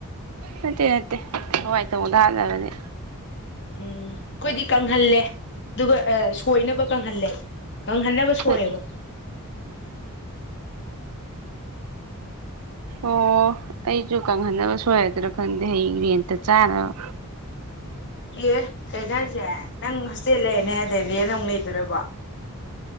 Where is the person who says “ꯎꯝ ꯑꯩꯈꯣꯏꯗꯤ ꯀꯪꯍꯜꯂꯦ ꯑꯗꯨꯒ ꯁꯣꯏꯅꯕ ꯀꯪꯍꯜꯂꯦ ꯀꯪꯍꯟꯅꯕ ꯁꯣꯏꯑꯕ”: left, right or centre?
Left